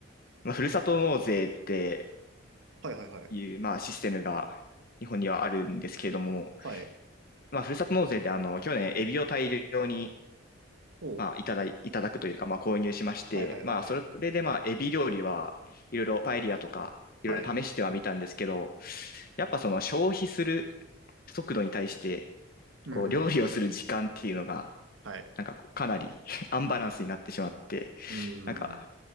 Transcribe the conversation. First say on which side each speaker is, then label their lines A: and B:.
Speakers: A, on the left; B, on the right.
A: まあ、ふるさと納税って
B: いはいはい。
A: いう、まあ、システムが日本にはあるんですけれども、
B: はい。
A: まあ、ふるさと納税であの去年、エビを大量に、
B: おう、
A: まあ、いただい、いただくというか、まあ、購入しまして、
B: はいはいはいはい。
A: まあ、それこれで、まあ、エビ料理はいろいろパエリアとかいろいろ試してはみたんですけど、
B: はい。
A: やっぱその消費する速度に対して
B: うん、
A: こう料理をする時間っていうのが
B: うん、うん。うんはい。
A: なんかこうかなり <laughs> アンバランスになってしまって、
B: う
A: なんか
B: ん。